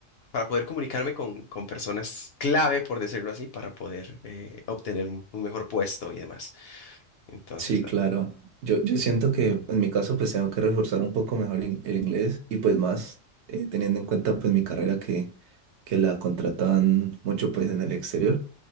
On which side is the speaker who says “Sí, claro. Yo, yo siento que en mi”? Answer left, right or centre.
Right